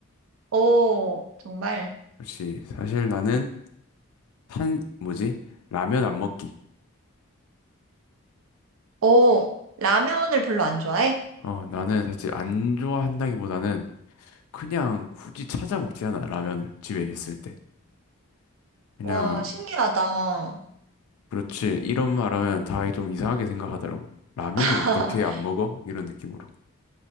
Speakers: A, on the right; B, on the left.
A: 오, 정말.
B: 그렇지. 사실 나는 탄, 뭐지? 라면 안 먹기.
A: 오, 라면을 별로 안 좋아해?
B: 어, 나는 사실 안 좋아한다기보다는 그냥 굳이 찾아 먹지 않아, 라면을. 집에 있을 때. 그냥,
A: 와, 신기하다.
B: 그렇지. 이런 말하면 다 좀 이상하게 생각하더라고. 라면을
A: <laughs>
B: 어떻게 안 먹어? 이런 느낌으로.